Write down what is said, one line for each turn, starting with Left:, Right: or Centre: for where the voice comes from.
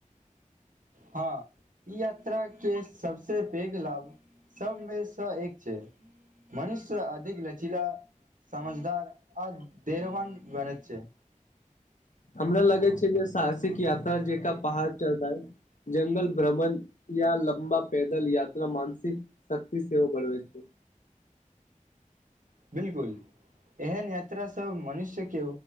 Right: हँ ई यात्रा के सबसे पेघ लाभ सभमेसँ एक छै मनुष्य अधिक लचीला समझदार आ देरवान बनैत छै
Left: हमरा लगे छै जे साहसिक यात्रा जेका पहाड़ चढ़नाई जंगल भ्रमण या लम्बा पैदल यात्रा मानसिक शक्ति सेहो बढ़बैत छै
Right: बिल्कुल एहन यात्रा स मनुष्य के